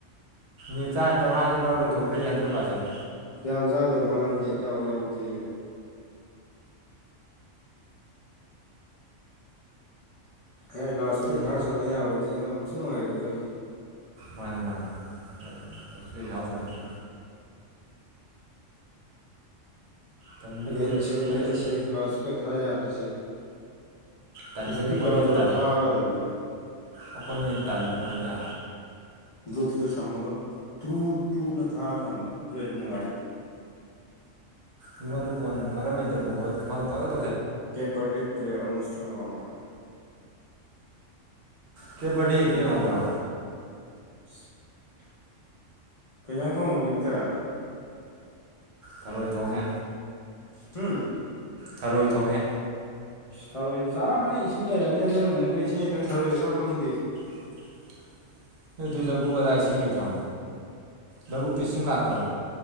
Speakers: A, on the right; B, on the left.
A: <unintelligible> ꯃꯥꯁꯦ ꯄꯨꯔꯥꯂꯣꯏꯊꯣꯛꯈꯔꯦꯌꯦ ꯍꯟꯗꯦꯇ ꯄꯥꯔꯁꯦꯟ
B: ꯀꯌꯥꯝ ꯆꯥꯗꯣꯅꯣ ꯃꯥꯅ ꯅꯦꯠ ꯌꯥꯎꯌꯦ ꯌꯥꯎꯗꯦ ꯑꯩ ꯂꯥꯎꯁ ꯏꯁꯄꯤꯀꯔ
A: ꯑꯩꯁꯦ
B: ꯊꯥꯔ ꯁꯟꯅ ꯌꯥꯕꯗꯤꯌꯥꯔꯝ ꯊꯤ ꯅꯨꯡꯉꯥꯏꯒꯗꯕꯅꯤ
A: ꯃꯥꯅꯦ ꯃꯥꯅꯦ ꯑꯆꯣꯏ ꯌꯥꯎꯗꯔꯥꯗꯤ ꯇꯟꯕꯩꯗꯤ
B: ꯅꯦꯠꯁꯦ
A: ꯑꯩꯈꯣꯏꯁꯦ
B: ꯅꯦꯠꯁꯦ ꯂꯥꯎꯠ ꯏꯁꯄꯤꯀꯔ ꯊꯥ ꯌꯥꯗ꯭ꯔꯤꯁꯦ
A: ꯇꯟꯕꯩꯗꯤ
B: ꯏꯁꯄꯤꯀꯔ
A: ꯑꯩꯈꯣꯏꯅ
B: ꯑꯃ
A: ꯍꯦꯟꯅ
B: ꯇꯧꯔ
A: ꯇꯜꯂꯤ
B: ꯊꯥꯒꯗꯕꯅꯤ ꯃꯥ
A: ꯑꯩꯈꯣꯏꯅ ꯍꯦꯟ ꯇꯜꯂꯤꯄꯣꯠꯅꯤꯗ
B: ꯕ꯭ꯂꯨꯇꯨꯠꯇ ꯁꯝꯃꯒ ꯇ꯭ꯔꯨ ꯇ꯭ꯔꯨꯅ ꯊꯥꯔ ꯊꯝꯕ ꯑꯗꯨꯏ ꯑꯣꯗꯤ ꯅꯨꯡꯉꯥꯏꯅꯤ
A: ꯃꯤꯉꯣꯟꯗ ꯐꯣꯟ ꯃꯔꯝ ꯂꯩꯇꯅ ꯕꯣꯕꯠ ꯐꯪꯄꯠ
B: ꯀꯦꯄꯔꯗꯦ ꯄꯔꯦ ꯑꯣꯟ ꯏꯁꯇ꯭ꯔꯒ꯭ꯔꯝ
A: ꯀꯦꯕꯔꯗꯦꯒꯤꯗꯣ ꯌꯦꯡꯍꯧꯕ꯭ꯔꯣ
B: <unintelligible> ꯀꯩꯖꯥꯡ ꯊꯣꯡꯉꯒꯦ ꯕꯤꯇꯔ
A: ꯊꯔꯣꯏ ꯊꯣꯡꯉꯦ
B: ꯍꯨꯝ
A: ꯊꯔꯣꯏ ꯊꯣꯡꯉꯦ
B: ꯏꯁ ꯊꯔꯣꯏꯗꯤ ꯆꯥꯔꯝꯃꯅꯤ ꯏꯁꯤꯡ ꯂꯩꯔꯝꯅꯤꯅ ꯅꯣꯏꯔꯣꯝꯗꯤ ꯑꯩꯈꯣꯏ ꯏꯁꯤꯡ ꯂꯩꯇꯕꯅꯤꯅ ꯊꯔꯣꯏꯒ ꯆꯥ ꯐꯪꯗꯦ
A: <inaudible> ꯅꯣꯏ ꯑꯗꯨꯏ ꯂꯧꯕꯨꯛ ꯑꯗꯥꯏ ꯏꯁꯤꯡ ꯂꯩꯇ꯭ꯔꯣ ꯂꯧꯕꯨꯛꯇ ꯏꯁꯤꯡ ꯂꯥꯛꯇ꯭ꯔꯣ